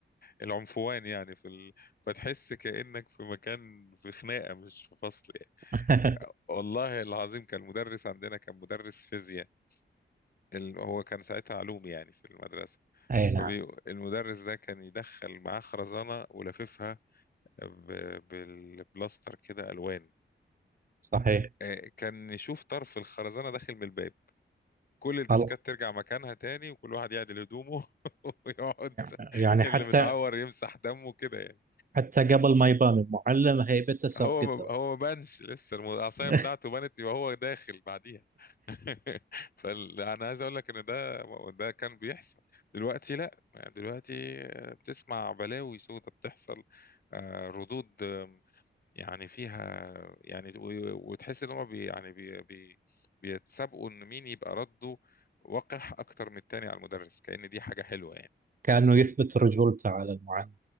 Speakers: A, on the left; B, on the right.
A: العنفوان يعني في ال... فتحس كأنك في مكان في خناقة مش في فصل يعني.
B: <laughs>
A: والله العظيم كان المدرس عندنا كان مدرس فيزياء ال- هو كان ساعتها علوم يعني في المدرسة
B: اي
A: فالمدرس
B: نعم
A: ده كان يدخل معاه خرزانة ولففها ب... بالبلاستر كده ألوان
B: صحيح
A: آه، كان يشوف طرف الخرزانة داخل من الباب كل الديسكات
B: خلاص
A: ترجع مكانها تاني وكل واحد يعدل هدومه <laughs> ويقعد
B: يعني
A: اللي
B: حتى
A: متعور يمسح دمه كده يعني
B: حتى قبل ما يبان المعلم هيبته سبقته
A: هو ما هو ما بانش لسه الم- العصايه
B: <laughs>
A: بتاعته بانت يبقى هو داخل بعديها <laughs> فانا عايز اقول لك ان ده ده كان بيحصل دلوقتي لا يعني دلوقتي بتسمع بلاوي سودة بتحصل آه، ردود يعني فيها يعني و- وتحس ان هم بي يعني بي بي بيتسابقوا ان مين يبقى رده وقح اكتر من التاني على المدرس كأن دي حاجة حلوة يعني
B: كأنه يثبت رجولته على المعلم